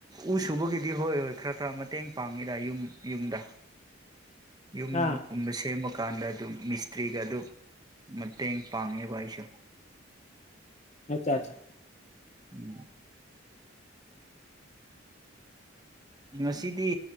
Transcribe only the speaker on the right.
ꯎ ꯁꯨꯕꯒꯤꯗꯤ ꯍꯣꯏ ꯌꯣꯏ ꯈꯔ ꯈꯔ ꯃꯇꯦꯡ ꯄꯥꯡꯉꯤꯗ ꯌꯨꯝ ꯌꯨꯝꯗ ꯌꯨꯝ
ꯀꯨꯝꯕ ꯁꯦꯝꯃ ꯀꯥꯟꯗ ꯑꯗꯨꯝ ꯃꯤꯁꯇ꯭ꯔꯤꯒ ꯑꯗꯨ ꯃꯇꯦꯡ ꯄꯥꯡꯉꯦꯕ ꯑꯩꯁꯨ
ꯎꯝ ꯉꯁꯤꯗꯤ